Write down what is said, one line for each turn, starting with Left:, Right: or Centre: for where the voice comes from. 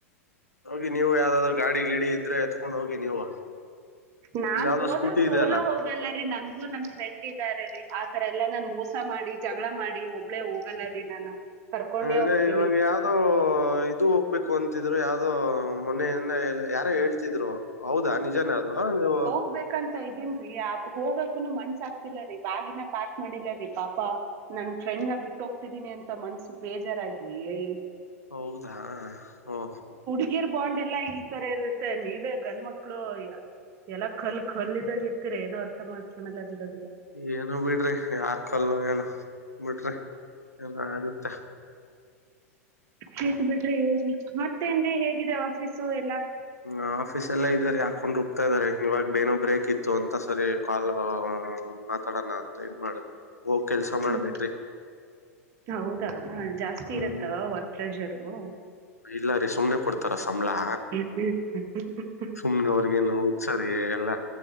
Left: ಹೋಗಿ ನೀವು ಯಾವ್ದಾದ್ರು ಗಾಡಿ ಗಿಡಿ ಇದ್ರೆ ಎತಕೊಂಡ್ ಹೋಗಿ ನೀವು
Right: ನಾನ್
Left: ನಿಮ್ದ್ ಯಾವ್ದೋ
Right: ಹೋದ್ರರು
Left: ಸ್ಕೂಟಿ
Right: ಸೋಲೋ
Left: ಇದೆ ಅಲ್ಲ
Right: ಹೋಗಲ್ಲ ರೀ ರೀ ನನ್ಗೂ ನನ್ ಫ್ರೆಂಡ್ ಇದ್ದಾರೆ ರೀ ಆತರ ಎಲ್ಲಾ ನಾನನ್ ಮೋಸ ಮಾಡಿ ಜಗಳ ಮಾಡಿ ಒಬ್ಬಳೇ ಹೋಗಲ್ಲ ರಿ ನಾನು ಕರ್ಕೊಂಡೇ
Left: ಅಂಗಾದ್ರೆ
Right: ಹೋಗ್ತೀನಿ
Left: ಇವಾಗ್ ಯಾವೋದೊ ಇದು ಹೋಗ್ಬೇಕು ಅಂತಿದ್ರು ಯಾವ್ದೋ ಮೊನೆಯನ್ನ ಯಾರೋ ಹೇಳ್ತಿದ್ರು ಹೌದಾ ನಿಜಾನೇ ಅದು ನೀವು
Right: ಹೊಗ್ಬೆಕು ಅಂತ ಇದೀನ್ ರೀ ಅದ್ ಹೋಗಕುನು ಮನ್ಸ ಆಗ್ತಿಲ್ಲ ರೀ ಬ್ಯಾಗಿನ ಪಾಕ್ ಮಾಡಿಲ್ಲ ರೀ ಪಾಪ ನನ್ ಫ್ರೆಂಡ್ ನ ಬಿಟ್ಟ ಹೋಗ್ತಿದೀನಿ ಅಂತ ಮನ್ಸು ಬೇಜಾರಾಗಿ ರೀ
Left: ಹೌದಾ ಓ
Right: ಇಯರ್ ಬಾಂಡ್ ಎಲ್ಲಾ ಈ ತರ ಇರುತ್ತೆ ಇದ ಗಂಡ ಮಕ್ಕಳು ಎಲ್ಲ ಕಲ್ ಕಲ್ಲಿದಾಗ ಇರ್ತೀರ ಏನೋ ಅರ್ಥ ಮಾಡ್ಕೊಳ್ಳಲ್ಲ ಬಿಡು
Left: ಏನು ಬಿಡ್ರಿ ಯಾರ್ ಕಲ್ಲೋ ಏನು ಬಿಡ್ರಿ ಏನ ಆಗುತ್ತೆ
Right: ಆಯಿತ್ ಬಿಡ್ರಿ ಮತ್ತೇನ್ರಿ ಹೇಗಿದೆ ಆಫೀಸು ಎಲ್ಲಾ
Left: ಹ ಆಫೀಸ್ ಎಲ್ಲ ಇದ್ದಾರೆ ಹಾಕೊಂಡ್ ರುಬ್ತಾ ಇದ್ದಾರೆ ಇವಾಗ ಎನೋ ಬ್ರೇಕ್ ಇತ್ತು ಅಂತ ಸರಿ ಕಾಲ್ ಮಾತಾಡೋಣ ಅಂತ ಇದ ಮಾಡ ಹೋಗ ಕೆಲ್ಸ ಮಾಡ್ಬೇಕ್ರಿ
Right: ಹ್ಮ್ ಹೌದಾ ಜಾಸ್ತಿ
Left: ಹ್ಮ್
Right: ಇರತ್ತವಾ ವರ್ಕ್ ಪ್ಲೆಸರು
Left: ಇಲ್ಲ ರೀ ಸುಮ್ನೆ ಕೊಡ್ತಾರ ಸಂಬಳಾ
Right: ಹ್ಮ್ ಹ್ಮ್ ಹ್ಮ್ ಹ್ಮ್
Left: ಸುಮ್ನೆವರ್ಗೇನು ಹುತ್ಸಾರಿ ಎಲ್ಲಾ